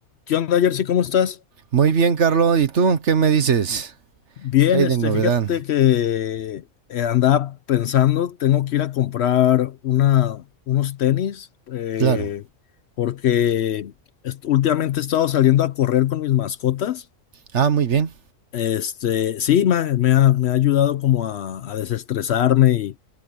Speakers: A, on the left; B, on the right.
A: ¿Qué onda, Jersey? ¿Cómo estás?
B: Muy bien, Carlos. ¿Y tú qué me dices?
A: Bien,
B: ¿Qué hay
A: este,
B: de novedad?
A: fíjate que eh, andaba pensando, tengo que ir a comprar una, unos tenis, eh,
B: Claro.
A: porque est- últimamente he estado saliendo a correr con mis mascotas.
B: Ah, muy bien.
A: Este, sí, me, ha, me ha- me ha ayudado como a, a desestresarme